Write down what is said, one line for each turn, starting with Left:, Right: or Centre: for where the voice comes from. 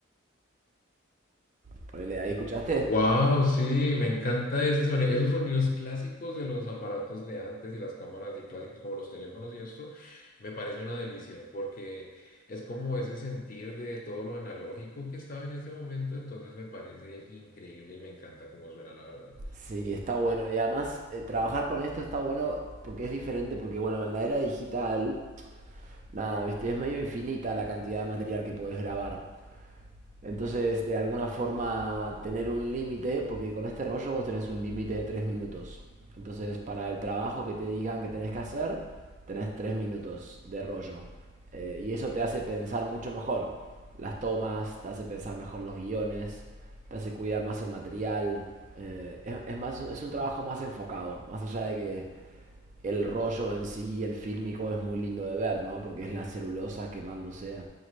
Right: Ponele, ahí escuchaste.
Left: Wow, sí, me encanta ese sonido, esos sonidos clásicos de los aparatos de antes y las cámaras y clásicas como los teléfonos y esto, me parece una delicia porque es como ese sentir de todo lo analógico que estaba en ese momento, entonces me parece increíble y me encanta cómo suena la verdad.
Right: Sí, está bueno. Y además, eh, trabajar con esto está bueno porque es diferente, porque bueno, en la era digital, nada, viste, es medio infinita la cantidad de material que podés grabar. Entonces, este, de alguna forma, tener un límite, porque con este rollo vos tenés un límite de tres minutos. Entonces, para el trabajo que te digan que tenés que hacer, tenés tres minutos de rollo. Eh, y eso te hace pensar mucho mejor las tomas, te hace pensar mejor los guiones, te hace cuidar más el material. eh, es, es más, es un trabajo más enfocado, más allá de que el rollo en sí, el fílmico, es muy lindo de ver, ¿no? Porque es la celulosa quemándose